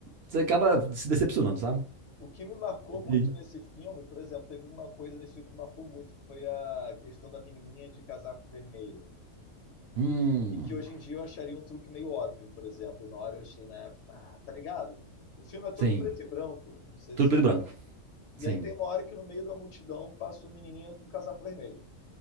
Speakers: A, on the right; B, on the left.
A: você acaba se decepcionando, sabe?
B: O que me marcou muito
A: Sim.
B: nesse filme, por exemplo, teve uma coisa nesse filme que marcou muito, que foi a questão da menininha de casaco vermelho.
A: Hum,
B: E, e que hoje em dia eu acharia um truque meio óbvio, por exemplo. E na hora eu achei na época, ah, tá ligado? O filme é todo
A: sim.
B: preto e branco, não sei
A: Tudo
B: se você
A: preto
B: lembra.
A: e branco.
B: E
A: Sim,
B: aí tem uma hora que no meio da multidão passa uma menininha com um casaco vermelho.